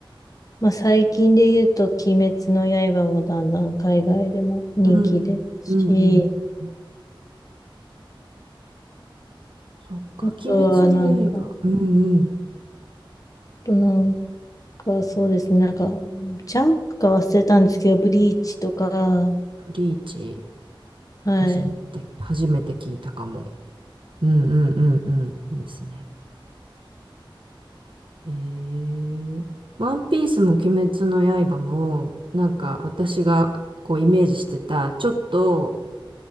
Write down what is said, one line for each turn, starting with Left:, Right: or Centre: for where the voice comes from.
Left: まあ、最近で言うと、鬼滅の刃もだんだん海外でも人気ですし、
Right: うん。うんうん。うんうん。そっか。
Left: あとはなんか、
Right: 鬼滅の刃。
Left: あ
Right: うんうん。
Left: となんか、そうですね。なんか、ジャンプか忘れたんですけど、ブリーチとか、
Right: ブリーチ、
Left: はい。
Right: 初めて、初めて聞いたかも。うんうんうんうん。いいですね。えー、ワンピースも鬼滅の刃も、なんか私がこうイメージしてた、ちょっと、